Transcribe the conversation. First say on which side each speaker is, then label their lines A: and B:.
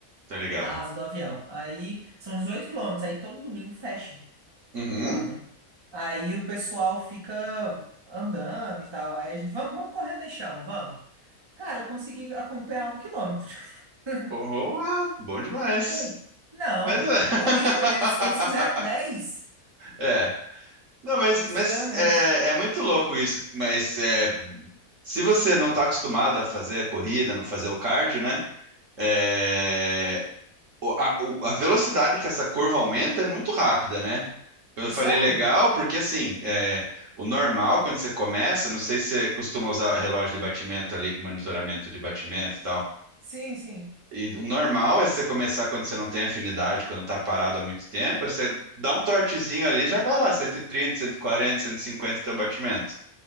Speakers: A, on the right (about 55°); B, on the right (about 25°).
A: tá ligado.
B: a asa do avião. Aí são 18 quilômetros, aí todo domingo fecha.
A: Uhum.
B: lá, né? Aí o pessoal fica andando e tal. Aí a gente, vamos, vamos correr no chão, vamos. Cara, eu consegui acompanhar um quilômetro. <laughs>
A: Oh, ah, bom demais.
B: Um. Não.
A: Mas é. <laughs>
B: Horrível. Eles, eles fizeram 10.
A: É. Não, mas,
B: Eles
A: mas
B: fizeram 10.
A: é, é muito louco isso. Mas é, se você não tá acostumado a fazer a corrida, não fazer o cardio, né? É, o- a, o- a velocidade que essa curva aumenta é muito rápida, né? Quando eu
B: Sério?
A: falei legal, porque assim, é, o normal, quando você começa, não sei se você costuma usar relógio de batimento ali, com monitoramento de batimento e tal.
B: Sim, sim.
A: E o normal é você começar quando você não tem afinidade, quando tá parado há muito tempo, é você dá um trotezinho ali, já vai lá, cento cento e e trinta, cento e quarenta, cento e cinquenta teu batimento.